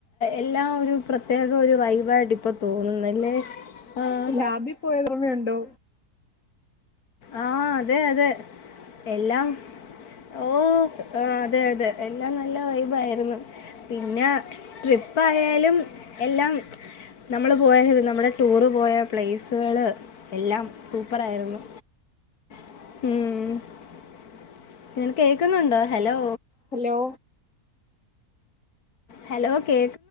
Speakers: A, on the left; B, on the left.
A: എല്ലാം ഒരു പ്രെ പ്രത്യേകം ഒരു വൈ ബായിട്ട് ഇപ്പ തോന്നുന്നല്ലേ? ആ
B: ലാബിൽ പോയതോർമ്മയുണ്ടോ?
A: ആ അതെ അതെ എല്ലാം ഓ അതെ അതെ എല്ലാം നല്ല വൈബ് ആയിരുന്നു പിന്നെ ട്രിപ്പായാലും എല്ല <unintelligible> നമ്മള് പോയത് നമ്മുടെ ടൂറ് പോയ പ്ലേസുകള് എല്ലാം സൂപ്പർ ആയിരുന്നു. ഉം നിനക്ക് കേക്കുന്നുണ്ടോ ഹലോ.
B: ഹലോ
A: ഹലോ കേ